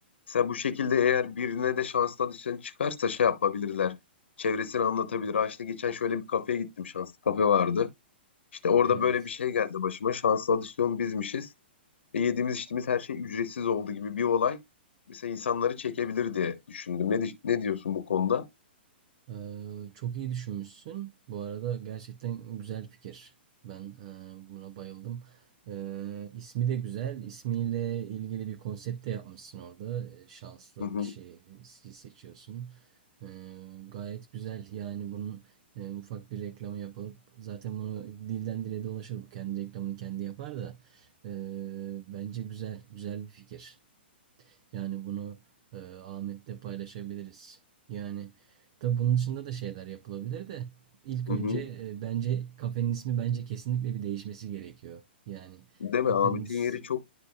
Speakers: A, on the left (about 80°); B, on the right (about 25°).
A: Mesela bu şekilde eğer birine de şanslı adisyon çıkarsa şey yapabilirler. Çevresini anlatabilir. Ha işte geçen şöyle bir kafeye gittim. Şanslı kafe vardı. İşte orada
B: evet.
A: böyle bir şey geldi başıma. Şanslı adisyon bizmişiz. E yediğimiz içtiğimiz her şey ücretsiz oldu gibi bir olay. Mesela insanları çekebilir diye düşündüm. Ne, di- ne diyorsun bu konuda?
B: Ee, çok iyi düşünmüşsün. Bu arada gerçekten güzel fikir. Ben e, buna bayıldım. Ee, ismi de güzel. İsmiyle ilgili bir konsept de yapmışsın orada. Ee, şanslı
A: Hı hı,
B: kişiyi seçiyorsun. Ee, gayet güzel. Yani bunun e, ufak bir reklamı yapılıp zaten bunu dilden dile dolaşır. Bu kendi reklamını kendi yapar da. Ee, bence güzel. Güzel bir fikir. Yani bunu e, Ahmet'le paylaşabiliriz. Yani tabii bunun dışında da şeyler yapılabilir de ilk
A: hı
B: önce
A: hı.
B: e, bence kafenin ismi bence kesinlikle bir değişmesi gerekiyor. Yani
A: Değil
B: kafeniz
A: mi? Ahmet'in yeri çok